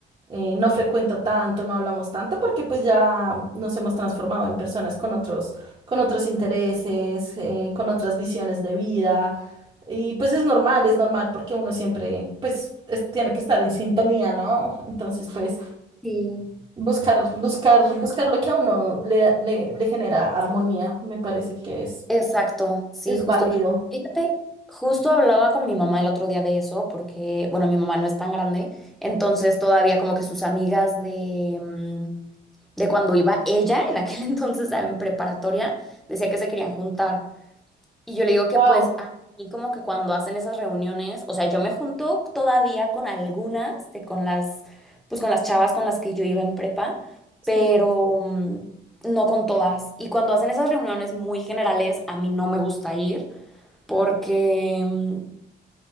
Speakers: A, on the right; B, in the centre.
A: eh, no frecuento tanto, no hablamos tanto, porque pues ya nos hemos transformado en personas con otros, con otros intereses, eh, con otras visiones de vida. Y pues es normal, es normal, porque uno siempre pues es- tiene que estar en sintonía, ¿no? Entonces, pues...
B: Sí.
A: Buscar, buscar, buscar lo que a uno le, le, le genera armonía, me parece que es,
B: Exacto, sí,
A: es
B: justo.
A: válido.
B: Fíjate, justo hablaba con mi mamá el otro día de eso, porque, bueno, mi mamá no es tan grande, entonces todavía como que sus amigas de, mm, de cuando iba ella, en aquel <laughs> entonces en preparatoria, decía que se querían juntar. Y yo le digo que
A: Wow,
B: pues a mí como que cuando hacen esas reuniones, o sea, yo me junto todavía con algunas de con las pues con las chavas con las que yo iba en prepa, pero
A: sí.
B: mm, no con todas. Y cuando hacen esas reuniones muy generales, a mí no me gusta ir porque mm,